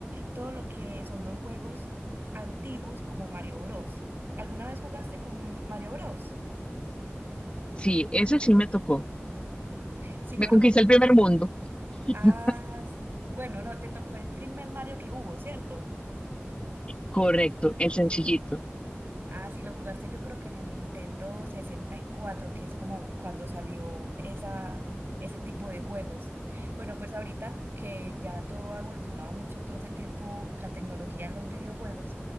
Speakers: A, on the right; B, on the left.
A: todo lo que son los juegos antiguos como Mario Bros. ¿Alguna vez jugaste con Mario Bros?
B: Sí, ese sí me tocó.
A: Sí, yo
B: Me
A: creo
B: conquisté
A: que te...
B: el primer mundo. <laughs>
A: Ah, bueno, no, te tocó el primer Mario que hubo, ¿cierto?
B: Correcto, el sencillito.
A: Ah, sí, lo jugaste yo creo que en el Nintendo sesenta y cuatro, que es como cuando salió esa, ese tipo de juegos. Bueno, pues ahorita que ya todo ha evolucionado mucho todo ese tiempo, la tecnología en los videojuegos,